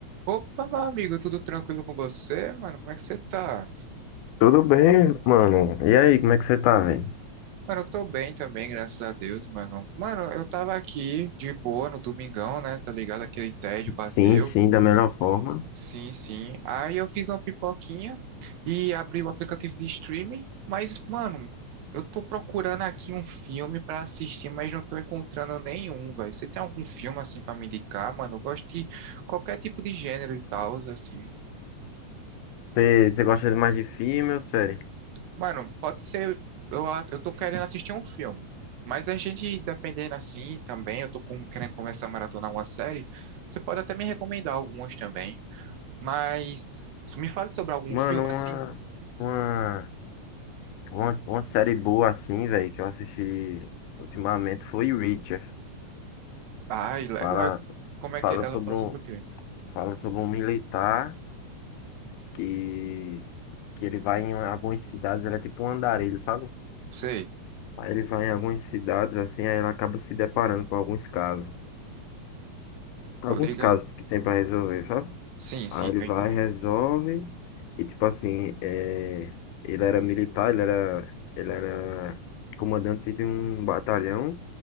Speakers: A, on the right (about 70°); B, on the left (about 90°).
A: Opa, meu amigo, tudo tranquilo com você, mano? Como é que você tá?
B: Tudo bem, mano? E aí, como é que você tá, velho?
A: Mano, eu tô bem também, graças a Deus, mano. Mano, eu tava aqui de boa no domingão, né? Tá ligado? Aquele tédio bateu.
B: Sim, sim, da melhor forma.
A: Sim, sim. Aí eu fiz uma pipoquinha e abri o aplicativo de streaming. Mas, mano, eu tô procurando aqui um filme pra assistir, mas não tô encontrando nenhum, velho. Você tem algum filme assim pra me indicar, mano? Eu gosto de qualquer tipo de gênero e tal, assim.
B: Você você gosta de mais de filme ou série?
A: Mano, pode ser. Eu, a- eu tô querendo assistir um filme. Mas a gente, dependendo assim também, eu tô com- querendo começar a maratonar uma série. Você pode até me recomendar algumas também. Mas me fale sobre algum
B: Mano,
A: filme
B: uma,
A: assim.
B: uma, uma, uma série boa assim, velho, que eu assisti ultimamente foi Reacher.
A: Ai, legal.
B: Fala,
A: Como é
B: fala
A: que ela
B: sobre
A: fala
B: um,
A: sobre o quê?
B: fala sobre um militar que, que ele vai em algumas cidades, ele é tipo um andarilho, sabe?
A: Sei,
B: Aí ele vai em algumas cidades assim, aí ele acaba se deparando com alguns casos. Alguns
A: tô ligado.
B: casos que tem pra resolver, sabe?
A: Sim, sim,
B: Aí ele
A: tô
B: vai,
A: entendendo.
B: resolve. E tipo assim, é, ele era militar, ele era, ele era comandante de um batalhão.